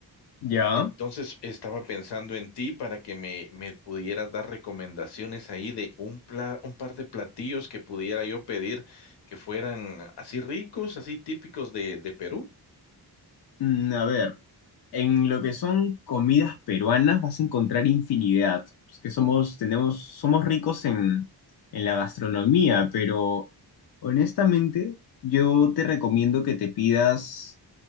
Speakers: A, on the left; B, on the left.
A: ya.
B: Entonces estaba pensando en ti para que me, me pudieras dar recomendaciones ahí de un, pla- un par de platillos que pudiera yo pedir que fueran así ricos, así típicos de, de Perú.
A: Mm, a ver, en lo que son comidas peruanas vas a encontrar infinidad. Es que somos, tenemos, somos ricos en, en la gastronomía, pero honestamente yo te recomiendo que te pidas